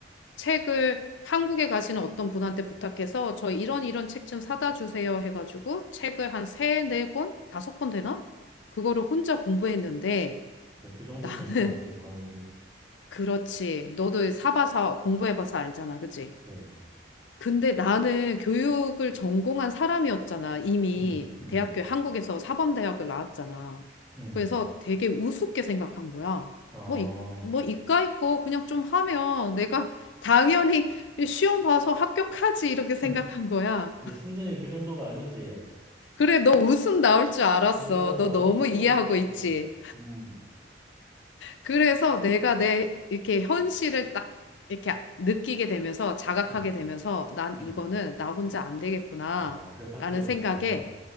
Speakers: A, on the left; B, on the right.
A: 책을 한국에 가시는 어떤 분한테 부탁해서 저 이런 이런 책 좀 사다 주세요 해가지고 책을 한 세, 네 권, 다섯 권 되나? 그거를 혼자 공부했는데
B: 야, 그 정도
A: 나는
B: 되는 것 같아, 과목이.
A: <laughs> 그렇지. 너도 사봐서 공부해봐서 알잖아. 그치?
B: 그래.
A: 근데 나는 교육을 전공한 사람이었잖아. 이미
B: 음, 음,
A: 대학교 한국에서 사범대학을 나왔잖아.
B: 음.
A: 그래서 되게 우습게 생각한 거야.
B: 아,
A: 뭐, 이, 뭐 이과 있고 그냥 좀 하면 내가 당연히 시험 봐서 합격하지 이렇게 생각한
B: <laughs>
A: 거야.
B: 근데 수준이 그 정도가 아니지.
A: 그래, 너 웃음 나올 줄 알았어.
B: 오,
A: 너
B: 너무
A: 너무
B: 어려워.
A: 이해하고 있지?
B: 음,
A: 그래서 내가 내 이렇게 현실을 딱 이렇게 느끼게 되면서 자각하게
B: 음,
A: 되면서 난
B: 음.
A: 이거는 나 혼자 안 되겠구나
B: 아, 그래서 학교를
A: 라는 생각에
B: 갔구나.